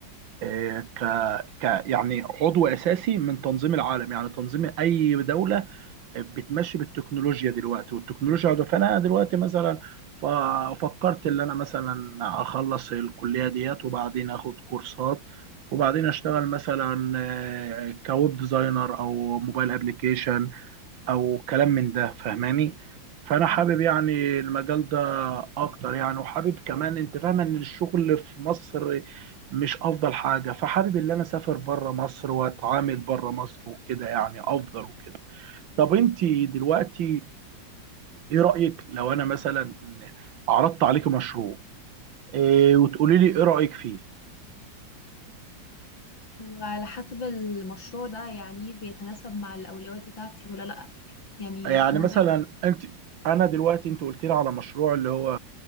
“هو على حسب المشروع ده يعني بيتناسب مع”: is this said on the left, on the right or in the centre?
Left